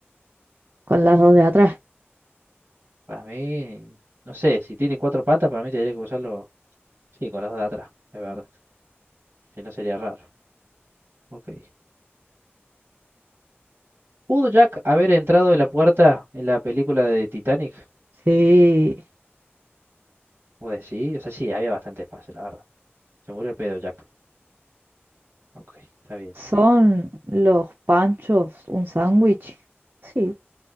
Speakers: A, on the right; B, on the right.
A: Con las dos de atrás.
B: Para mí, no sé, si tiene cuatro patas, para mí tendría que usarlo, sí, con las dos de atrás, es verdad. Si no sería raro. Ok. ¿Pudo Jack haber entrado en la puerta en la película de Titanic?
A: Sí.
B: Pues sí, o sea, sí, había bastante espacio, la verdad. Se murió el pedo, Jack. Ok, está bien.
A: ¿Son los panchos un sándwich? Sí.